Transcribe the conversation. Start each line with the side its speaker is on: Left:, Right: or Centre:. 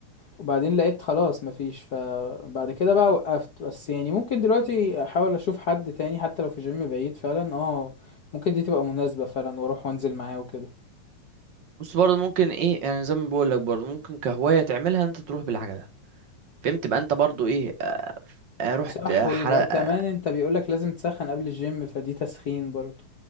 Left: وبعدين لقيت خلاص مفيش فبعد كده بقى وقفت بس يعني ممكن دلوقتي احاول اشوف حد تاني حتى لو في جيم بعيد فعلا اه ممكن دي تبقى مناسبة فعلا واروح وانزل معاه وكده
Right: بص برضه ممكن ايه يعني زي ما بقول لك برضه ممكن كهواية تعملها ان انت تروح بالعجلة فهمت تبقى انت برضه ايه اه، اه، رحت
Left: صح
Right: حلقة
Left: ويبقى كمان انت بيقولك لازم تسخن قبل الجيم فدي تسخين برضو